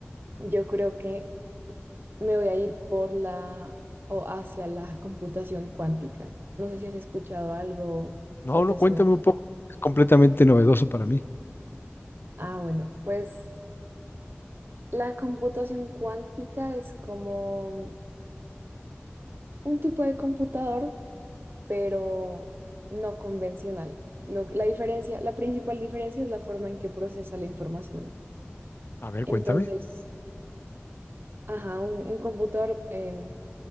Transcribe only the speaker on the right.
yo creo que me voy a ir por la o hacia la computación cuántica. No sé si has escuchado algo
o
te
suena.
Ah, bueno, pues la computación cuántica es como un tipo de computador, pero no convencional. Lo- la diferencia, la principal diferencia es la forma en que procesa la información.
Entonces,
ajá, un, un computador em,